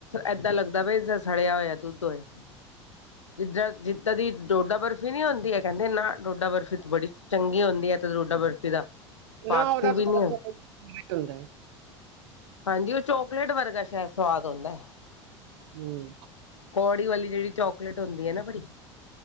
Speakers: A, on the left (about 80°); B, on the right (about 65°).
A: ਏਦਾਂ ਲੱਗਦਾ ਬ ਸੜਿਆ ਹੋਇਆ ਦੂਧ ਹੌਏ
B: <unintelligible>
A: ਜਿੱਦਾਂ ਜਿੱਦਾਂ ਦੀ ਡੋਡਾ ਬਰਫ਼ੀ ਨੀ ਹੁੰਦੀ ਹੈ ਕਹਿੰਦੇ ਨਾ ਡੋਡਾ ਬਰਫ਼ੀ ਬੜੀ ਚੰਗੀ ਹੁੰਦੀ ਹੈ ਰੋਡਾ ਬਰਫ਼ੀ ਦਾ ਪਾਸਕੂ
B: ਨਾ ਉਹਦਾ
A: ਵੀ
B: ਚ
A: ਨੀ
B: ਬਹੁਤ ਹੁੰਦਾ
A: ਹਾਂਜੀ ਉਹ ਚੋਕਲੇਟ ਵਰਗਾ ਸ਼ਾਇਦ ਸਵਾਦ ਆਉਂਦਾ
B: ਹਮ
A: ਕੌੜੀ ਵਾਲੀ ਜਿਹੜੀ ਚੋਕਲੇਟ ਹੁੰਦੀ ਹੈ ਨਾ ਬੜੀ